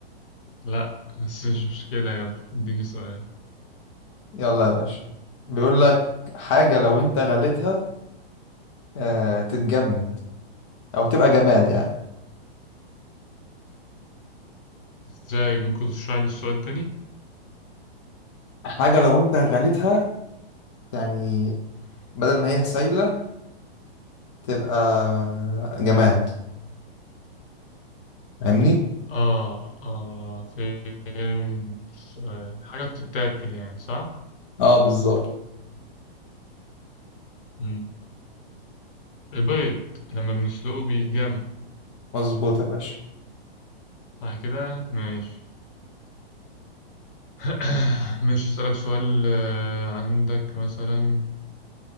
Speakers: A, on the left (about 60°); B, on the left (about 35°).
A: لا بس مش مشكلة يلا اديني سؤال
B: يلا يا باشا بيقول لك حاجه لو انت غليتها آه تتجمد او تبقى جماد يعني
A: ازاي ممكن تشرح لي السؤال تاني؟
B: حاجه لو انت غليتها يعني بدل ما هي سايله تبقى آه، جماد فاهمني
A: اه اه فين السؤال حاجة بتتاكل يعني صح؟
B: اه بالظبط
A: مم. البيض لما بنسلقه بيتجمد
B: مظبوط يا باشا
A: صح كده ماشي <coughs> ماشي اسألك سؤال آه، عندك مثلا